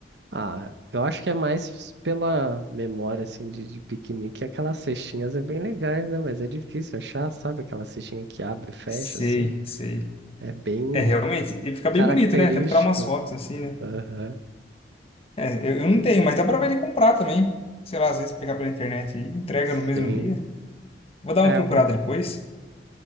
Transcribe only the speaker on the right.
Ah, eu acho que é mais pela memória, assim, de, de piquenique. Aquelas cestinhas é bem legais, né? Mas é difícil achar, sabe? Aquela cestinha que abre e fecha,
assim.
É bem
característico.
Aham,
sim.
É,
vou.